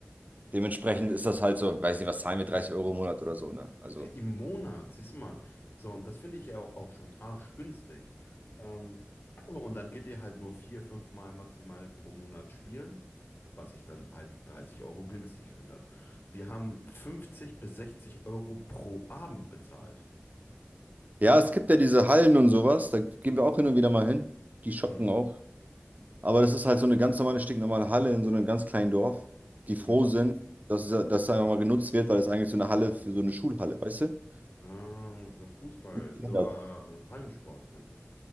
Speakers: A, on the right; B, on the left.
A: dementsprechend ist das halt so, weiß nicht, was zahlen wir, 30 Euro im Monat oder so, ne? Also,
B: Ja, Im Monat, siehst du mal. So, und das finde ich ja auch schon arschgünstig. Ähm, und dann geht ihr halt nur vier, fünf Mal maximal pro Monat spielen, was ich dann halt 30 Euro günstig finde. Wir haben 50 bis sechzig Euro pro Abend bezahlt.
A: Ja, es gibt ja diese Hallen und sowas. Da gehen wir auch hin und wieder mal hin. Die schocken
B: Mhm.
A: auch. Aber das ist halt so eine ganz normale, stinknormale Halle in so einem ganz kleinen Dorf, die
B: Mhm.
A: froh sind, dass es, dass es einfach mal genutzt wird, weil es eigentlich so eine Halle für so eine Schulhalle, weißt du?
B: Ah, so Fußball,
A: Ja,
B: so äh, Hallensport meinst du?